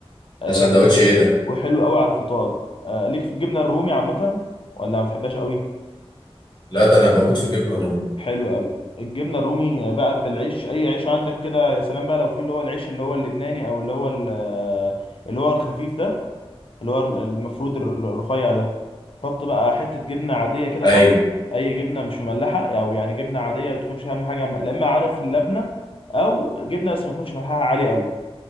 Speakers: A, on the left; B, on the left.
A: آه
B: ده سندوتش
A: وحلو
B: ايه ده
A: وحلو قوي على الفطار آه ليك في الجبنه الرومي عامه ولا ما بتحبهاش قوي
B: لا ده انا بموت في الجبنة الرومي
A: حلو قوي الجبنه الرومي بقى بالعيش اي عيش عندك كده يا سلام بقى لو في اللي هو العيش اللي هو اللبناني او اللي هو ال- آه، اللي هو الخفيف ده اللي هو المفروض الر- الرفيع ده تحط بقى حتة جبنة عادية كده
B: ايوه
A: خالص أي جبنة مش مملحة أو يعني جبنة عادية ما بتكونش أهم حاجة م- لا إما عارف اللبنة أو جبنة بس ما تكونش ملحها عالي أوي